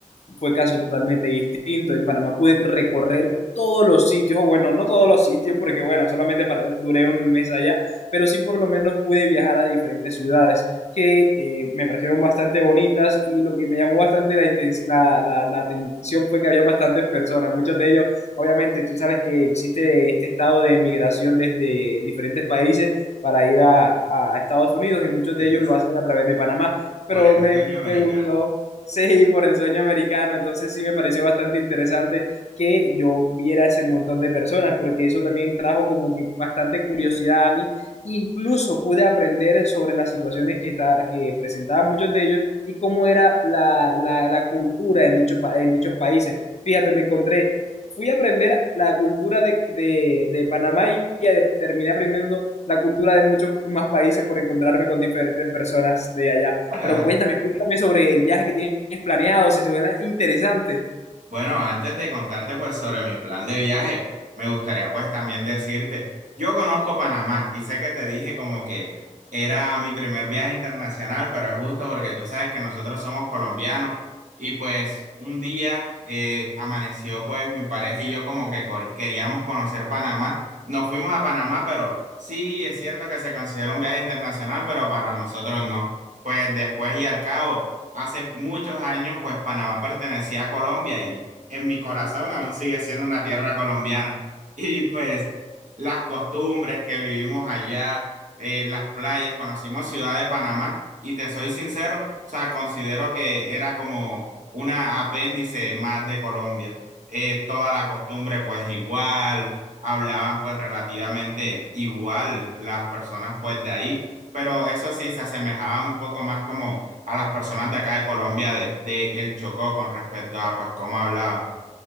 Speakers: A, on the left; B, on the right.
A: fue caso totalmente distinto. En Panamá pude recorrer todos los sitios, o bueno, no todos los sitios, porque bueno, solamente para- duré un mes allá, pero sí por lo menos pude viajar a diferentes ciudades que eh, me parecieron bastante bonitas y lo que me llamó bastante la, inten- la, la- la atención fue que había bastantes personas, muchos de ellos, obviamente, tú sabes que existe este estado de migración desde diferentes países para ir a, a Estados Unidos y muchos
B: Sí,
A: de ellos lo hacen a través de Panamá, pero
B: por el
A: me,
B: sueño americano.
A: me gustó. Sí, por el sueño americano. Entonces sí me pareció bastante interesante que yo viera ese montón de personas, porque eso también trajo como que bastante curiosidad a mí. Incluso pude aprender sobre las situaciones que, está, que presentaban muchos de ellos y cómo era la, la, la cultura en, dicho, pa- en dichos países. Fíjate, me encontré, fui a aprender la cultura de, de, de Panamá y eh, terminé aprendiendo la cultura de muchos más países por encontrarme con diferentes personas de allá.
B: <laughs>
A: Pero cuéntame, cuéntame sobre el viaje que tienes planeado, si suena interesante.
B: Bueno, antes de contarte pues sobre mi plan de viaje, me gustaría pues también decirte, yo conozco Panamá y sé que te dije como que era mi primer viaje internacional, pero es justo porque tú sabes que nosotros somos colombianos y pues un día eh, amaneció pues mi pareja y yo como que cor- queríamos conocer Panamá. Nos fuimos a Panamá, pero sí, es cierto que se considera un viaje internacional, pero para nosotros no. Pues después y al cabo hace muchos años, pues Panamá pertenecía a Colombia y en mi corazón aún sigue siendo una tierra colombiana. <laughs> Y pues las costumbres que vivimos allá, eh, las playas, conocimos Ciudad de Panamá y te soy sincero, o sea, considero que era como una apéndice más de Colombia. Eh, toda la costumbre pues igual, hablaban pues relativamente igual las personas pues de ahí, pero eso sí se asemejaban un poco más como a las personas de acá de Colombia de, de El Chocó con respecto a pues cómo hablaban.